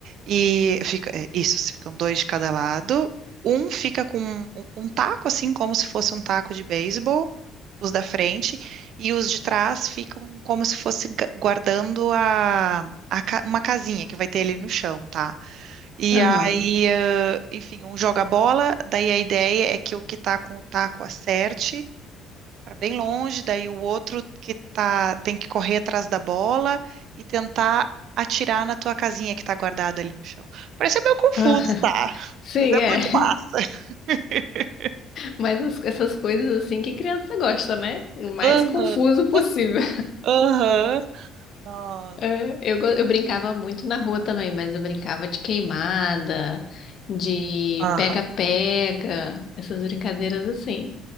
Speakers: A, on the right; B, on the left.
A: E fica. é, Isso, ficam dois de cada lado. Um fica com um um taco, assim, como se fosse um taco de beisebol os da frente, e os de trás ficam como se fosse ga- guardando a, a ca- uma casinha que vai ter ali no chão, tá? E
B: aham.
A: aí,
B: <laughs>
A: eh, enfim, um joga a bola, daí a ideia é que o que tá com o taco acerte para bem longe, daí o outro que tá tem que correr atrás da bola e tentar atirar na tua casinha que tá guardada ali no chão. Parece meio confuso,
B: Ah,
A: tá?
B: Sim,
A: Mas é
B: é.
A: muito massa. <laughs>
B: Mas as- essas coisas assim que criança gosta, né? O mais
A: Aham,
B: confuso possível.
A: aham. Nossa.
B: É, eu, go- eu brincava muito na rua também, mas eu brincava de queimada, de
A: Aham.
B: pega-pega, essas brincadeiras assim.